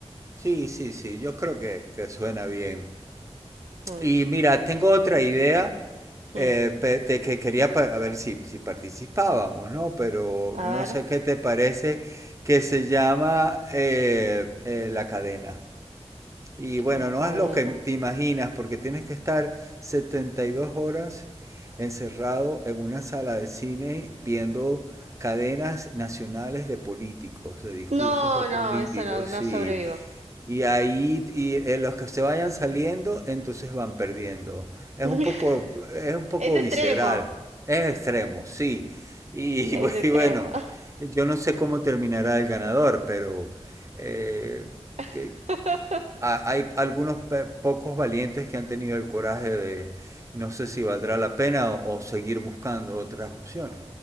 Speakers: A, on the right (about 25°); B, on the right (about 90°).
A: sí, sí, sí. Yo creo que, que suena bien.
B: Mm,
A: Y mira, tengo otra idea
B: mm.
A: eh, pe- de que quería pa- a ver si, si participábamos, ¿no? Pero
B: A
A: no sé
B: ver,
A: qué te parece que se llama eh, eh, La Cadena. Y bueno,
B: la
A: no
B: cadena.
A: es lo que te imaginas porque tienes que estar 72 horas encerrado en una sala de cine viendo cadenas nacionales de políticos, de discursos
B: No,
A: de políticos,
B: no, eso no, no
A: sí.
B: sobrevivo.
A: Y ahí y, eh, los que se vayan saliendo, entonces van perdiendo. Es
B: <laughs>
A: un poco, es un poco
B: Es extremo,
A: visceral. Es extremo, sí. Y,
B: es
A: <laughs> bu-
B: extremo.
A: y bueno, yo no sé cómo terminará el ganador, pero eh,
B: <laughs>
A: que- ha- hay algunos pe- pocos valientes que han tenido el coraje de no sé si valdrá la pena o o seguir buscando otras opciones.